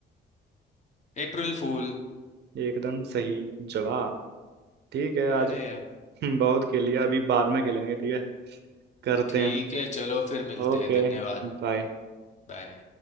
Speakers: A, on the left; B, on the right.
A: अप्रैल फूल
B: एकदम सही जवाब। ठीक है
A: अरे
B: आज <laughs> बहुत खेल लिया अभी बाद में खेलेंगे ठीक है करते
A: ठीक
B: हैं
A: है चलो फिर मिलते
B: ओके
A: हैं धन्यवाद
B: बाय
A: बाय